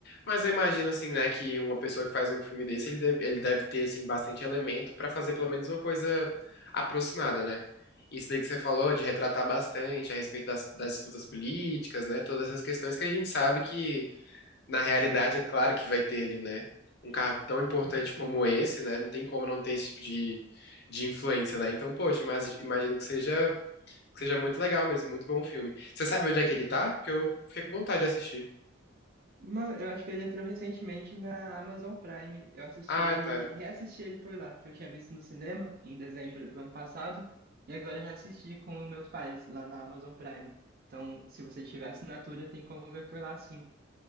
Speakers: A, on the left; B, on the right.
A: Mas eu imagino, assim, né, que uma pessoa que faz um filme desse, ele deve, ele deve ter, assim, bastante elemento pra fazer pelo menos uma coisa aproximada, né? Isso daí que você falou, de retratar bastante a respeito das, das disputas políticas, né? Todas essas questões que a gente sabe que, na realidade, é claro que vai ter ali, né? Um cargo tão importante
B: Sim, sim.
A: como esse, né? Não tem como não ter esse tipo de, de influência, né? Então, poxa, mas imagino que seja que seja muito legal mesmo, muito bom o filme. Você sabe onde é que ele tá? Porque eu fiquei com vontade de assistir.
B: Mano, eu acho que ele entrou recentemente na Amazon Prime. Eu assisti
A: Ah,
B: ele,
A: tá.
B: reassisti ele por lá, que eu tinha visto no cinema em dezembro do ano passado, e agora eu reassisti com meus pais lá na Amazon Prime. Então, se você tiver assinatura, tem como ver por lá, sim.